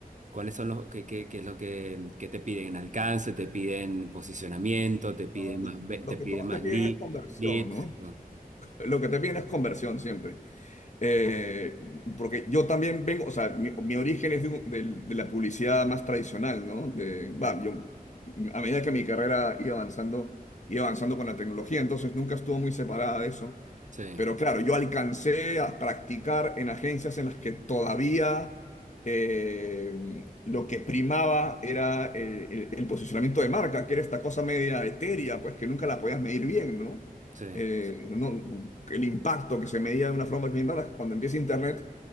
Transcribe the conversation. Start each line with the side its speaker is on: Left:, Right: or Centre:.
Right: ¿Cuáles son los que, qué, qué- qué es lo que, que te piden? ¿Alcance? ¿Te piden posicionamiento? ¿Te piden
Left: No, lo,
Right: más, ve-
Left: lo
Right: te piden
Left: que todos
Right: más
Left: te piden
Right: lead,
Left: es conversión,
Right: leads?
Left: ¿no?
Right: Mm,
Left: Lo que te piden es conversión siempre. Eh, porque yo también vengo, o sea, mi, mi origen es de, un- del- de la publicidad más tradicional, ¿no? De, va, yo, a medida que mi carrera iba avanzando, iba avanzando con la tecnología, entonces nunca estuvo muy separada de eso.
Right: Sí,
Left: Pero claro, yo alcancé a practicar en agencias en las que todavía eh, lo que primaba era eh, el, el posicionamiento de marca, que era esta cosa media etérea, pues que nunca la podías medir bien, ¿no?
Right: sí,
Left: Eh, no- el impacto que se medía de una forma bien rara, cuando empieza Internet